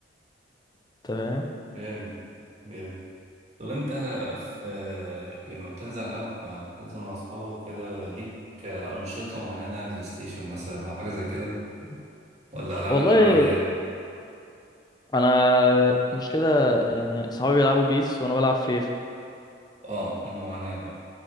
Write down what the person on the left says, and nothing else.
انت فاهم
والله
انا المشكله يعني صحابي بيلعبوا بيس وانا بلعب فيفا